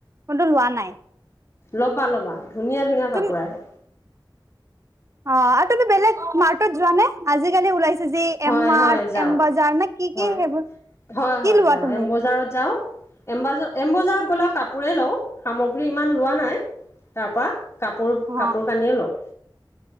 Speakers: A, on the right (about 35°); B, on the left (about 35°).
A: কিন্তু লোৱা নাই।
B: ল'বা-ল'বা। ধুনীয়া-ধুনীয়া কাপোৰ
A: তুমি
B: আহে।
A: অ আৰু তুমি বেলেগ মাৰ্টত যোৱা নে আজিকালি ওলাইছ যে
B: হয়
A: এম মাৰ্ত,
B: হয় যাওঁ
A: এম বজাৰ নে কি-কি
B: হয়
A: সেইবোৰ
B: হয় হয়
A: কি লোৱা
B: যাওঁ
A: তুমি?
B: এম বজাৰত যাওঁ এম বাজাৰত, এমবজাৰত গ'লেও কাপোৰে লওঁ সামগ্ৰী ইমান লোৱা নাই তাৰ পৰা কাপোৰ-কাপোৰ
A: অ
B: কানিয়ে লওঁ।